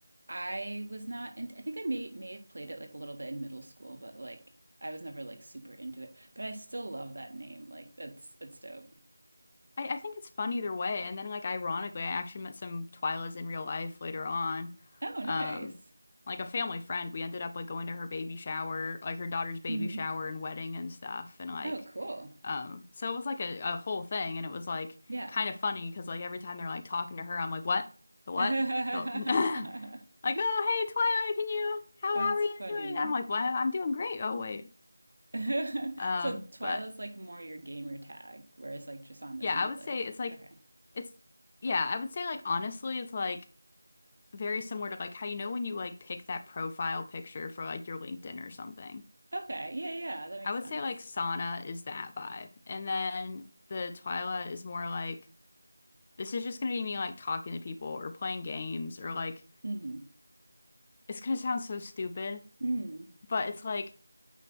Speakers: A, on the right (about 70°); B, on the left (about 25°).
A: I was not into, I think I may may have played it like a little bit in middle school, but like I was never like super into it. But I still love that name. Like that's that's dope.
B: I, I think it's fun either way. And then like ironically, I actually met some Twilas in real life later on.
A: Oh, nice.
B: Um, like a family friend. We ended up like going to her baby shower, like her daughter's baby
A: hmm
B: shower and wedding and stuff. And like
A: Oh, cool.
B: um so it was like a, a whole thing and it was like
A: Yeah.
B: kind of funny because like every time they're like talking to her, I'm like, What? The
A: <laughs>
B: what? The <laughs> like, oh hey Twilight, can you how
A: That's
B: how are you
A: funny.
B: doing? I'm like, Well, I'm doing great. Oh wait.
A: <laughs>
B: Um,
A: So Twyla's
B: but
A: like more your gamer tag, whereas like Jasana's
B: Yeah,
A: more
B: I would
A: like
B: say it's like
A: okay.
B: it's yeah, I would say like honestly it's like very similar to like how you know when you like pick that profile picture for like your LinkedIn or something.
A: Okay. Yeah, yeah, that makes
B: I would
A: sense.
B: say like sauna is that vibe. And then the Twyla is more like this is just gonna be me like talking to people or playing games or like
A: Mm-hmm.
B: it's gonna sound so stupid,
A: Mm.
B: but it's like